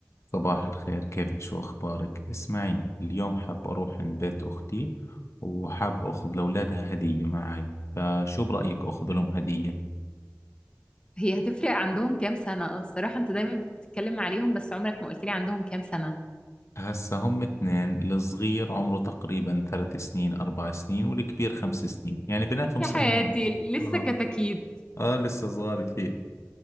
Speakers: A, on the left; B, on the left.
A: صباح الخير كيفك شو أخبارك؟ اسمعي اليوم حاب أروح عند بيت أختي وحاب أخذ لأولادها هدية معي فشو برأيك أخذ لهم هدية؟
B: هي هتفرق عندهم كام سنة أنا الصراحة أنت دايما بتتكلم عليهم بس عمرك ما قلت لي عندهم كام سنة
A: هسا هم اثنين الصغير عمره تقريبا ثلاث سنين أربع سنين والكبير خمس سنين يعني بيناتهم
B: يا
A: سنة
B: حياتي
A: ونص
B: لسه
A: آه
B: كتاكيد
A: آه لسه صغار كثير